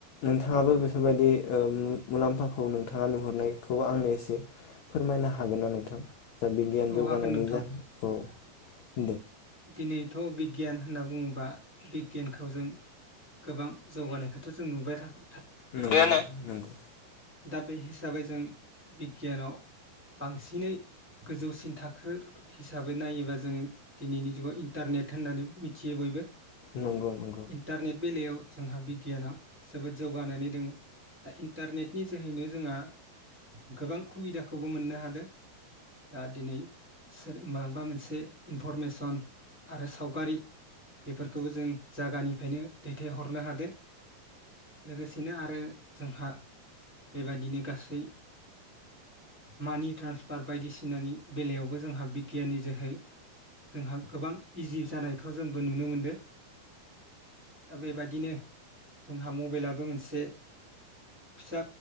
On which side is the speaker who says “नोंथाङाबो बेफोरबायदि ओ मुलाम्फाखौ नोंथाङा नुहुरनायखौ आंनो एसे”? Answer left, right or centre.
Left